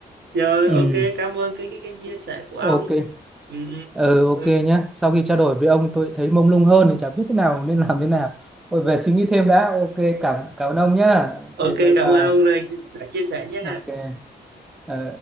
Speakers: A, on the right; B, in the centre.
A: Rồi,
B: ừ.
A: ok, cảm ơn cái cái cái chia sẻ của ông.
B: ok
A: Ừ, ừ.
B: ờ, ok
A: Ừ,
B: nhá sau khi trao đổi với ông tôi thấy mông lung hơn thì chả biết thế nào nên làm thế nào Ôi, về suy nghĩ thêm đã ok cảm cảm ơn ông nhá ok
A: Ok,
B: bye
A: cảm
B: bye
A: ơn ông rồi đã chia sẻ nha.
B: ok ờ.